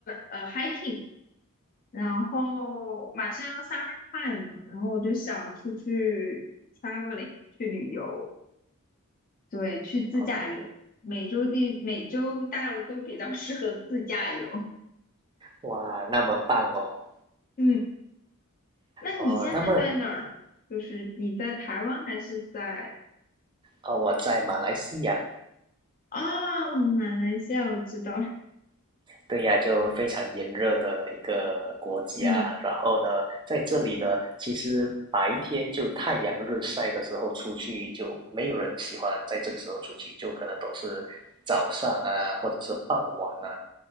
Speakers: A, on the left; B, on the right.
A: 呃 hiking，然后马上要 summer time 了，然后我就想出去 traveling 去旅游，对，去自驾游，
B: 哦，
A: 美洲地，美洲大陆都比较 <laughs> 适合自驾游。
B: 哇，那么棒哦。
A: 嗯，那你现在在哪儿呢？
B: 哦，那么
A: 就是你在台湾还是在
B: 呃，我在马来西亚，
A: 啊，马来西亚？我知道，
B: 对呀，就非常炎热的一个国家。
A: 嗯，
B: 然后呢，在这里呢，其实白天就太阳日晒的时候出去，就没有人喜欢在这个时候出去，就可能都是早上啊，或者是傍晚啊